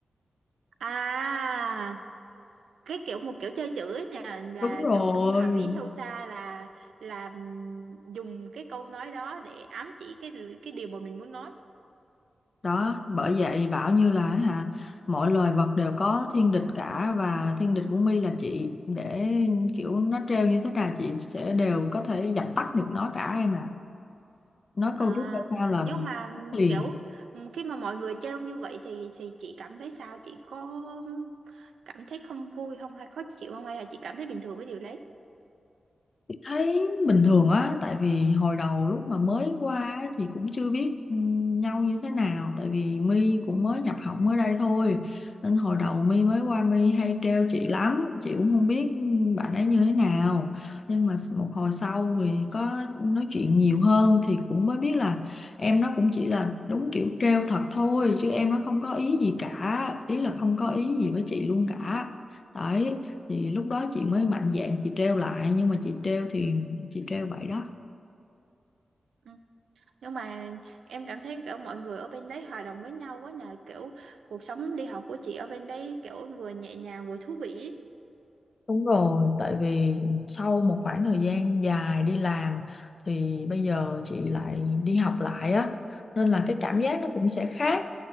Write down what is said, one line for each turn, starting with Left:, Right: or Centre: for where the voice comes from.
Right: À, cái kiểu một kiểu chơi chữ ấy nè là
Left: đúng rồi
Right: kiểu trong hàm ý sâu xa là là ừm, dùng cái câu nói đó để ám chỉ cái cái điều mà mình muốn nói
Left: đó bởi vậy bảo như là hả mọi loài vật đều có thiên địch cả và thiên địch của My là chị để kiểu nó trêu như thế nào chị sẽ đều có thể dập tắt được nó cả em à nói
Right: À,
Left: câu trước ra sao là
Right: nhưng mà ừm,
Left: liền
Right: kiểu ừm, khi mà mọi người trêu như vậy thì thì chị cảm thấy sao? Chị có ừm, cảm thấy không vui không hay khó chịu không hay là chị cảm thấy bình thường với điều đấy?
Left: Chị thấy bình thường á tại vì hồi đầu lúc mà mới qua á, thì cũng chưa biết ừ, nhau như thế nào tại vì My cũng mới nhập học mới đây thôi nên hồi đầu My mới qua My hay trêu chị lắm chị cũng không biết ừ, bạn ấy như thế nào nhưng mà một hồi sau thì có nói chuyện nhiều hơn thì cũng mới biết là em nó cũng chỉ là đúng kiểu trêu thật thôi chứ em nó không có ý gì cả ý là không có ý gì với chị luôn cả đấy thì lúc đó chị mới mạnh dạn chị treo lại nhưng mà chị treo thì chị treo vậy đó
Right: Ừ. Nhưng mà em cảm thấy kiểu mọi người ở bên đấy hòa đồng với nhau quá nhờ kiểu cuộc sống đi học của chị ở bên đấy kiểu vừa nhẹ nhàng vừa thú vị.
Left: Đúng rồi, tại vì sau một khoảng thời gian dài đi làm thì bây giờ chị lại đi học lại á, nên là cái cảm giác
Right: Ừ.
Left: nó cũng sẽ khác.